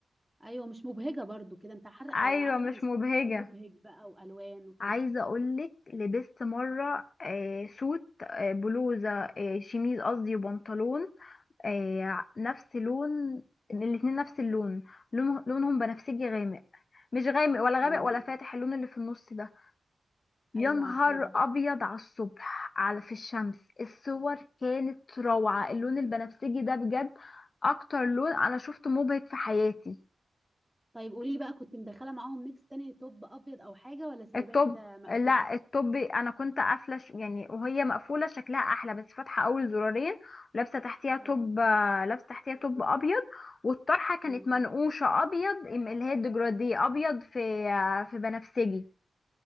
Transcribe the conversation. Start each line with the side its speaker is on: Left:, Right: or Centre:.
Centre: ايوه مش مبهجه برضو كده انت حر... آه،
Left: ايوه
Centre: يعني عارفه
Left: مش
Centre: ان الصيف
Left: مبهجه
Centre: مبهج بقى والوان وكده
Left: عايزه اقولك لبست مره آه سوت آه بلوزه آه شميز قصدي وبنطلون آه نفس لون الاتنين نفس اللون لون لونهم بنفسجي غامق مش غامق ولا
Centre: اوه
Left: غامق ولا فاتح اللون اللي في النص ده يا
Centre: ايوه
Left: نهار
Centre: عارفاه ده
Left: ابيض على الصبح على في الشمس الصور كانت روعه اللون البنفسجي ده بجد اكتر لون انا شفته مبهج في حياتي
Centre: طيب قولي لي بقى كنت مدخله معاهم ميكس تاني توب ابيض او حاجه ولا سايباه
Left: الطب
Centre: كده مقفوله
Left: لا الطب انا كنت قافله ش- يعني وهي مقفوله شكلها احلى بس فاتحه اول زرارين ولابسه تحتيها توب
Centre: اه
Left: آه، لابسه تحتيها توب ابيض والطرحه كانت
Centre: قالوا
Left: منقوشه ابيض ام- اللي هي الديجرادي ابيض في آه، في بنفسجي